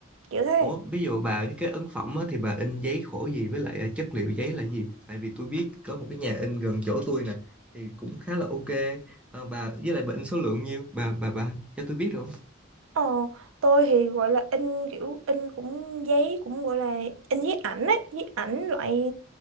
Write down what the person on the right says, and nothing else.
kiểu thế
ờ tôi thì gọi là in kiểu in cũng giấy cũng gọi là in giấy ảnh á giấy ảnh loại